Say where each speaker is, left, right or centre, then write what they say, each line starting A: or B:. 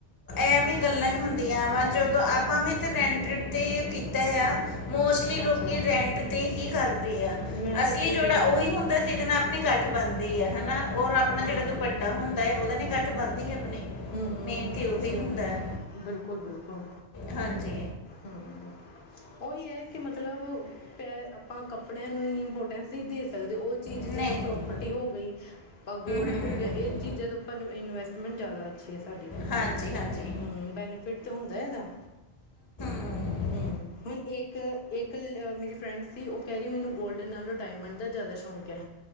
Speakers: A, on the left (about 25°); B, on the left (about 70°).
A: ਐ ਵੀਂ ਗੱਲਾਂ ਹੀ ਹੁੰਦੀਆਂ ਵਾ। ਜਦੋਂ ਆਪਾਂ ਵੀਥ ਰੈਂਟ ਤੇ ਕੀਤਾ ਆ। ਮੋਸਟਲੀ
B: ਅੱਛਾ
A: ਲੋਕ ਰੈਂਟ ਤੇ ਹੀ ਕਰਦੇ ਆ।
B: ਮੈਂ
A: ਅਸਲੀ
B: ਤਾਂ ਖੁਦ
A: ਜੋੜਾ
B: ਇਹੀ
A: ਉਹੀ
B: ਕਹਿ ਰਹੀ
A: ਹੁੰਦਾ ਜਿਹਦੇ ਨਾਲ ਆਪਣੀ ਇਕੱਠ ਬਣਦੀ ਹੈ ਹਨਾ। ਰ ਆਪਣਾ
B: ਹਾਂ
A: ਜਿਹੜਾ ਦੁਪੱਟਾ ਹੁੰਦਾ ਹੈ ਉਹਦਾ ਨ ਇਕੱਠ ਬਣਨਦੀ ਹੈ ਆਪਣੀ।
B: ਹਮ- ਹਮ
A: ਮੇਨ
B: -ਹਮ
A: ਤੇ ਉਹੀ ਹੁੰਦਾ ਹੈ।
B: ਬਿਲਕੁਲ- ਬਿਲਕੁਲ
A: ਹਾਂਜੀ
B: ਹਮ। ਉਹੀ ਐ ਕਿ ਮਤਲਬ ਪੈ ਆਪਾਂ ਕੱਪੜਿਆਂ ਨੂੰ ਇੰਨੀ ਇੰਪੋਟੈਂਸ ਨਹੀਂ ਦੇ ਸਕਦੇ। ਉਹ ਚੀਜ
A: ਨਹੀਂ
B: ਜਿਦਾਂ
A: ਹੂੰ
B: ਪ੍ਰੋਰਪਟੀ ਹੋ ਗਈ, ਗੋਲਡ
A: ਹੂੰ
B: ਹੋ
A: ਹੂੰ।
B: ਗਿਆ। ਇਹ ਚੀਜਾਂ ਦੇ ਉਪਰ ਇਨਵੈਸਟਮੈਂਟ ਜਾਦਾ ਅੱਛੀ ਹੈ ਸਾਡੀ।
A: ਹਾਂਜੀ- ਹਾਂਜੀ।
B: ਹਮ। ਬੈਨੀਫਿਟ ਤੇ ਹੁੰਦਾ ਇਹਦਾ।
A: ਹਾਂ <inaudible>
B: ਹਮਮ, ਹੁਣ ਇੱਕ ਇੱਕ ਮੇਰੀ ਫਰੈਂਡ ਸੀ ਉਹ ਕੈ ਰੀ ਮੈਨੂੰ ਗੋਲਡ ਨਾਲੋਂ ਡਾਇਮੰਡ ਦਾ ਜਾਦਾ ਹੁ ਗਿਆ।